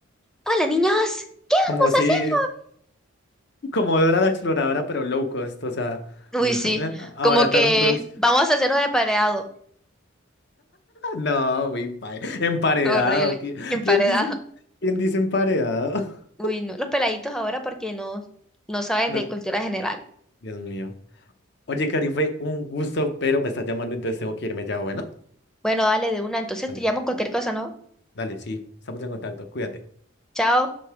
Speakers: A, in the centre; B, on the left.
A: hola niños, ¿qué
B: Como
A: vamos
B: si,
A: a hacer
B: como Dora la Exploradora, pero low cost, o sea,
A: hoy? Uy,
B: <laughs>
A: sí,
B: abarataron
A: como que
B: producción.
A: vamos
B: <laughs>
A: a hacer un emparedado.
B: No, muy pa- emparedado.
A: Horrible,
B: ¿qui-
A: emparedado.
B: ¿Quién dice? ¿Quién dice emparedado? <laughs>
A: Uy, no, los peladitos ahora porque no, no saben
B: No,
A: de cultura general.
B: Dios mío. Oye, Cari, fue un gusto, pero me están llamando, entonces tengo que irme ya, bueno.
A: Bueno, dale de una, entonces
B: Dale,
A: te llamo cualquier cosa, ¿no?
B: dale, sí, estamos en contacto, cuídate.
A: Chao.